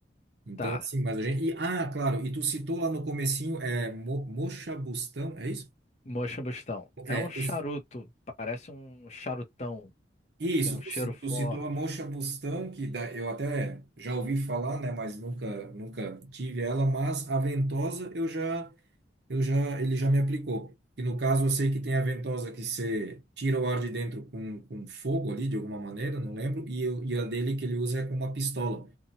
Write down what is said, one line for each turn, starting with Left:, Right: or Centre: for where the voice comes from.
Right: Então,
Left: Tá.
Right: assim, mas a gente. E, ah, claro, e tu citou lá no comecinho, é Mo, Mocha Bustão, é isso?
Left: Moxibustão. É
Right: É,
Left: um
Right: tu,
Left: charuto, parece um charutão,
Right: isso,
Left: tem um
Right: tu,
Left: cheiro
Right: ci- tu
Left: forte.
Right: citou a Mocha Bustão, que da, eu até já ouvi falar, né? Mas nunca, nunca tive ela, mas a ventosa eu já, eu já, ele já me aplicou. E no caso eu sei que tem a ventosa que você tira o ar de dentro com, com fogo ali, de alguma maneira, não lembro, e, eu, e a dele que ele usa é com uma pistola,